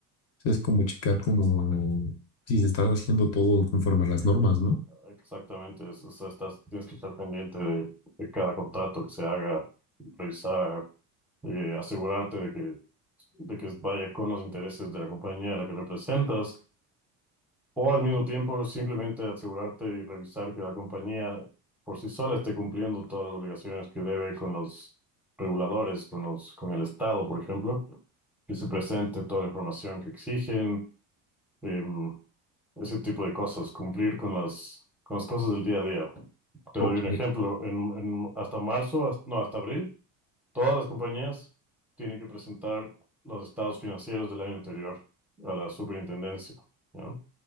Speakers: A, on the left; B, in the centre.
A: Es como checar como si se está haciendo todo conforme a las normas, ¿no?
B: exactamente. es- o sea, estás, tienes que estar pendiente de, de cada contrato que se haga, revisar, eh, asegurarte de que de que vaya con los intereses de la compañía a la que representas, o al mismo tiempo simplemente asegurarte y revisar que la compañía por sí sola esté cumpliendo todas las obligaciones que debe con los reguladores, con los, con el Estado, por ejemplo, que se presente toda la información que exigen, em, ese tipo de cosas, cumplir con las, con las cosas del día a día. Te
A: Ok.
B: doy un ejemplo, en, en- hasta marzo, hasta- no, hasta abril. Todas las compañías tienen que presentar los estados financieros del año anterior a la superintendencia, ¿no?